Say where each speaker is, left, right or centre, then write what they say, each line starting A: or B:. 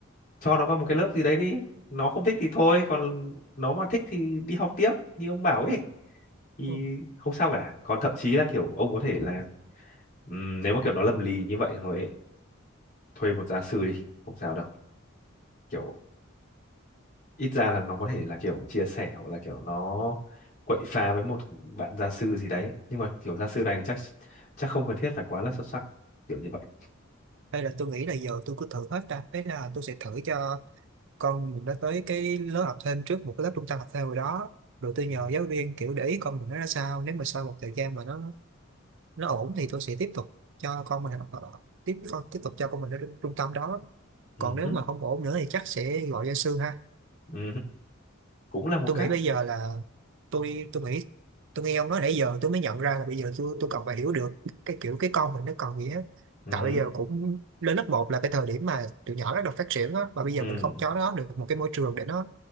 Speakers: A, on the left (about 50°); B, on the right (about 65°).
A: cho nó vào một cái lớp gì đấy đi nó không thích thì thôi còn nó mà thích thì đi học tiếp như ông bảo ấy thì
B: Ừ.
A: không sao cả còn thậm chí là kiểu ông có thể là ừm, nếu mà kiểu nó lầm lì như vậy rồi ấy, thuê một gia sư đi không sao đâu kiểu ít ra là nó có thể là kiểu chia sẻ hoặc là kiểu nó quậy phá với một bạn gia sư gì đấy nhưng mà kiểu gia sư này thì chắc chắc không cần thiết phải quá là xuất sắc kiểu như vậy
B: hay là tôi nghĩ là giờ tôi cứ thử hết ta thế là tôi sẽ thử cho con mình nó tới cái lớp học thêm trước một cái lớp trung tâm học thêm rồi đó rồi tôi
A: ừ.
B: nhờ giáo viên kiểu để ý con mình nó ra sao nếu mà sau một thời gian mà nó nó ổn thì tôi sẽ tiếp tục cho con mình học ở- tiếp tiếp tục cho con mình đến trung tâm đó
A: Ừ.
B: còn nếu mà không ổn nữa thì chắc sẽ gọi gia sư ha
A: Ừ. Cũng là một
B: tôi
A: cách
B: nghĩ bây giờ là tôi tôi nghĩ tôi nghe ông nói nãy giờ tôi mới nhận ra là bây giờ tôi tôi cần phải hiểu được cái kiểu cái con mình nó còn nghĩa
A: ừ.
B: tại bây giờ cũng lên lớp một là cái thời điểm mà tụi nhỏ bắt đầu phát triển á và bây giờ
A: Ừ.
B: mình không cho nó được một cái môi trường để nó